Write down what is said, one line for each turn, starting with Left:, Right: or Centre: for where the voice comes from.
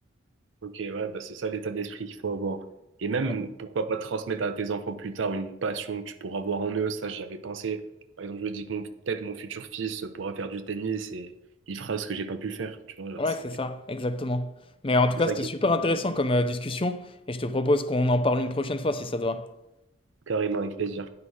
Right: Ok, ouais, bah c'est ça l'état d'esprit qu'il faut avoir. Et même,
Left: Ouais.
Right: pourquoi pas transmettre à tes enfants plus tard une passion que tu pourras voir en eux. Ça, j'y avais pensé. Par exemple, je me dis que mon- peut-être mon futur fils pourra faire du tennis et il fera ce que j'ai pas pu faire. Tu vois, genre,
Left: Ouais,
Right: c'est
Left: c'est ça, exactement. Mais en tout
Right: c'est
Left: cas,
Right: ça
Left: c'était
Right: qui
Left: super
Right: est
Left: intéressant comme euh, discussion et je te propose qu'on en parle une prochaine fois si ça te va.
Right: carrément avec plaisir.